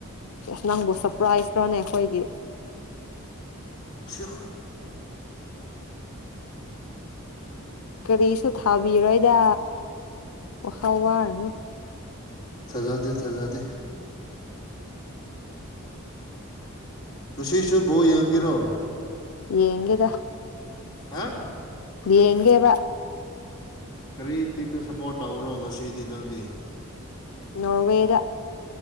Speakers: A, on the left; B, on the left.
A: ꯑꯉꯥꯡꯕ ꯁꯔꯄ꯭ꯔꯥꯏꯁ ꯅꯣꯅꯦ ꯑꯩꯈꯣꯏꯒꯤ
B: ꯆꯥ
A: ꯀꯔꯤꯁꯨ ꯊꯥꯕꯤꯔꯣꯏꯗ ꯋꯥꯈꯥꯏ ꯉꯥꯡꯑꯅꯨ
B: ꯊꯥꯖꯗꯦ ꯊꯥꯖꯗꯦ ꯉꯁꯤꯁꯨ ꯕꯣꯜ ꯌꯦꯡꯒꯦꯔꯣ
A: ꯌꯦꯉꯗꯦꯗ
B: ꯍꯥ
A: ꯌꯦꯡꯉꯦꯕ
B: ꯀꯔꯤ ꯇꯤꯝꯅ ꯁꯞꯄꯣꯔꯠ ꯇꯧꯕꯅꯣ ꯉꯁꯤꯗꯤ ꯅꯪꯗꯤ
A: ꯅꯣꯔꯔꯋꯦꯗ